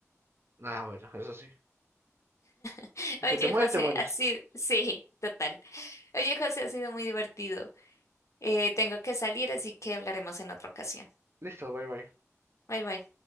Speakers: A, on the right (about 50°); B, on the left (about 70°).
A: Ah, bueno, eso sí.
B: <laughs>
A: De
B: Oye,
A: que te mueres,
B: José,
A: te mueres.
B: así, sí, total. Oye, José, ha sido muy divertido. Eh, tengo que salir, así que hablaremos en otra ocasión.
A: Listo, bye bye.
B: Bye bye.